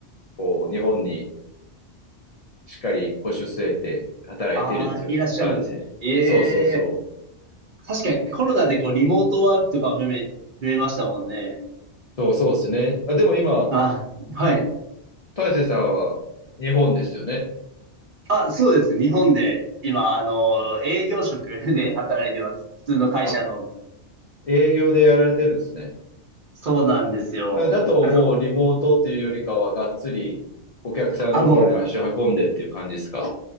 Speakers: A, on the left; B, on the right.
A: こう日本にしっかり腰を据えて働いてるっていうような感じ。
B: ああ、いらっしゃるんですね。ええ。
A: そうそうそう。
B: 確かにコロナでこうリモートワークとか増え、増えましたもんね。
A: そうそうですね。あ、でも今、
B: あ、はい。
A: 大勢さんは日本ですよね。
B: あ、そうです。日本で今、あの、営業職で働いてます。普通の会社のです。
A: あ、営業でやられてるんですね。
B: そうなんですよ。
A: うんだともうリモートっていうよりかはがっつりお客さんのところに足を運んでっていう感じですか。
B: なんか、あ、も